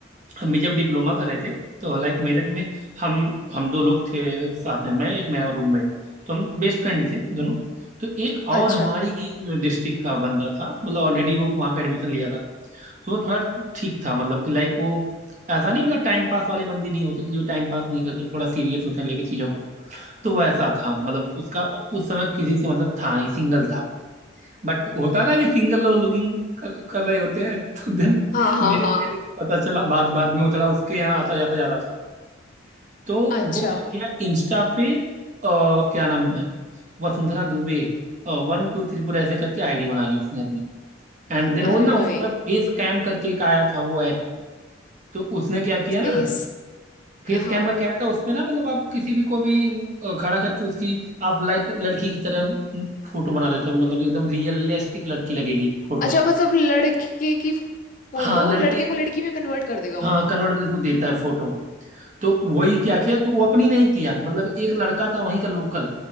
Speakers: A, on the right; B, on the left.
A: हम भी जब डिप्लोमा कर रहे थे तो लाइक मेरठ में हम हम दो लोग थे साथ में मैं एक मेरा रूममेट तो हम बेस्ट फ्रेंड थे दोनों तो एक और
B: अच्छा
A: हमारी ही डिस्ट्रिक्ट का बंदा था मतलब ऑलरेडी वो वहाँ पे एडमिशन लिया था तो वो थोड़ा ठीक था मतलब कि लाइक वो ऐसा नहीं मतलब टाइम पास वाले बंदे नहीं होते कि जो टाइम पास नहीं करते थोड़ा सीरियस होते हैं लेके चीज़ों को तो वैसा था मतलब उसका उस समय किसी से मतलब था नहीं सिंगल था वो बट होता है ना कि सिंगल लोग लुकिंग कर, कर रहे होते हैं <laughs> तो दिन
B: हाँ हाँ
A: मेरे
B: हाँ
A: फ्रेंड को पता चला बाद बाद में वो थोड़ा उसके यहाँ आता जाता जाता था तो
B: अच्छा
A: वो क्या किया इंस्टा पे अ, क्या नाम है वसुंधरा दुबे वन टू थ्री फोर ऐसे करके आईडी बना ली उसने अपनी एंड देन वो
B: अरे
A: ना उस
B: भाई
A: समय फेस कैम करके एक आया था वो ऐप तो उसने क्या किया ना
B: फेस
A: फेस
B: हाँ
A: कैम करके आया था उसमें ना मतलब आप किसी भी को भी अ, खड़ा करके उसकी आप लाइक लड़की की तरह फोटो बना देते हो मतलब एकदम रियलिस्टिक लड़की लगेगी फोटो
B: अच्छा
A: से
B: मतलब लड़के की फोटो
A: हाँ लड़की
B: लड़के को लड़की में कन्वर्ट कर देगा वो
A: हाँ कन्वर्ट करके वो देता है फोटो तो वही क्या किया
B: ओ
A: तो वो अपनी नहीं किया मतलब एक लड़का था वहीं का लोकल